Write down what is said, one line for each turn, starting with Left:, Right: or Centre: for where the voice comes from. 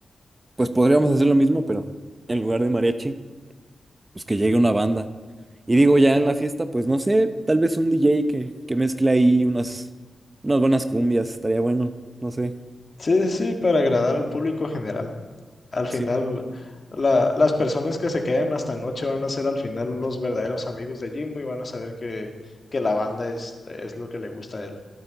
Right: pues podríamos hacer lo mismo, pero en lugar de mariachi, pues que llegue una banda. Y digo, ya en la fiesta, pues no sé, tal vez un DJ que, que mezcle ahí unas, unas buenas cumbias, estaría bueno, no sé.
Left: Sí, sí, sí, para agradar al público general. Al final,
Right: Sí,
Left: la- las personas que se queden hasta noche van a ser al final los verdaderos amigos de Jimbo y van a saber que, que la banda es, es lo que le gusta a él.